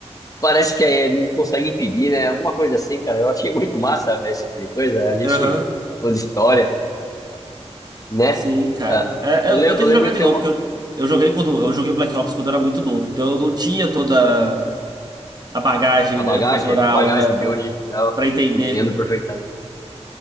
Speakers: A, on the left; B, on the right.
A: Parece que é, não consegue impedir, né? Alguma coisa assim, cara. Eu achei muito massa, velho, esse tipo de coisa. A gente
B: Aham,
A: é fã de história, né?
B: Sim, cara.
A: Ah,
B: É,
A: eu,
B: eu,
A: lem-
B: eu tenho
A: eu lembro
B: que jogar de
A: ter
B: novo,
A: uma,
B: porque eu, eu joguei quando eu joguei Black Ops quando eu era muito novo, então eu não tinha toda a bagagem,
A: a bagagem,
B: né, cultural,
A: a bagagem
B: né, pra,
A: de hoje, né? eu
B: pra entender.
A: entendo perfeitamente.